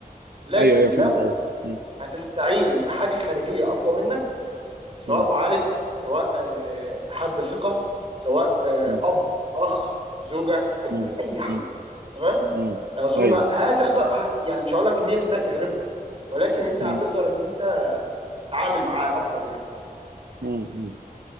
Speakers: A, on the right (about 35°); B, on the right (about 80°).
A: لكن
B: ايوه ايوه
A: لو
B: فهمت قصدي مم.
A: هتستعين بحاجه خارجيه اقوى منك سواء
B: مم.
A: معالج سواء آه، حد ثقه سواء آه،
B: مم.
A: اب اخ زوجه اي
B: مم.
A: اي حد
B: مم.
A: تمام
B: مم.
A: اظن
B: ايوه
A: هتقدر هت يعني مش هقول لك 100% تغلبه ولكن انت
B: مم.
A: هتقدر ان انت تتعامل معاه افضل يعني
B: مم. مم.